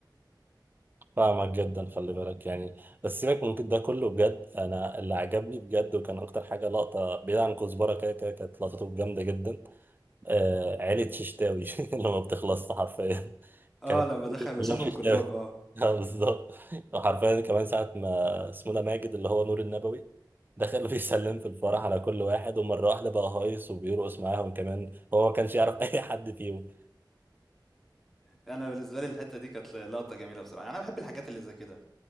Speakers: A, on the right; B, in the centre.
A: فاهمك جدا خلي بالك يعني بس سيبك من ده كله بجد أنا اللي عجبني بجد وكان أكتر حاجة لقطة بعيد عن كزبرة كده كده كانت لقطته جامدة جدا آه عيلة ششتاوي <laughs> اللي ما بتخلصش حرفيا
B: اه
A: كانت
B: لما
A: كلهم
B: دخل وشافهم
A: ششتاوي
B: كلهم اه
A: <laughs> اه بالظبط وحرفيا كمان ساعة ما اسمه ده ماجد اللي هو نور النبوي دخل <laughs> بيسلم في الفرح على كل واحد ومرة واحدة بقى هايص وبيرقص معاهم كمان هو ما كانش يعرف <laughs> أي حد فيهم
B: انا بالنسبه لي الحته دي كانت لقطه جميله بصراحه يعني انا بحب الحاجات اللي زي كده